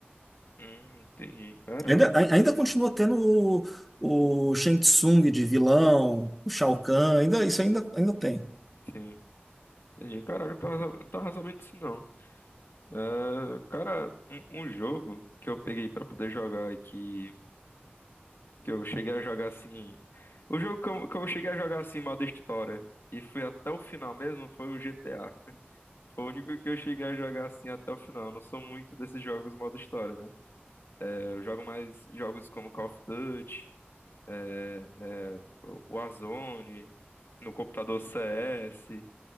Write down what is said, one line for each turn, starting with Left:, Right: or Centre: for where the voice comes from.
Left: Hum, entendi. Caramba.
Centre: Ainda, ai- ainda continua tendo o, o Shang Tsung de vilão, o Shao Kahn, ainda, isso ainda, ainda tem.
Left: Sim. Entendi. Caralho, não tava, não tava sabendo disso, não. É, cara, um, um jogo que eu peguei pra poder jogar e que, que eu cheguei a jogar assim. O jogo que eu, que eu cheguei a jogar assim, modo história, e fui até o final mesmo, foi o GTA. Foi o único que eu cheguei a jogar assim até o final. Eu não sou muito desses jogos modo história, né? É, Eu jogo mais jogos como Call of Duty, é, é, Warzone, no computador CS,